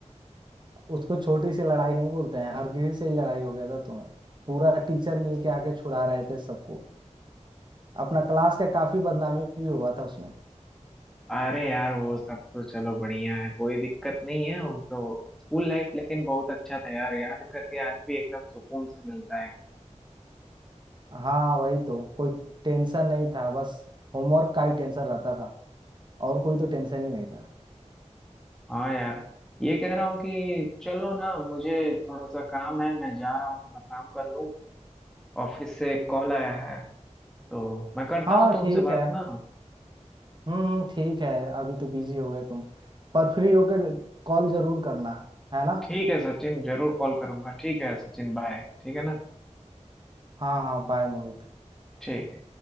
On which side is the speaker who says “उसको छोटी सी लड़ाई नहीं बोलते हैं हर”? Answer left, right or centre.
Right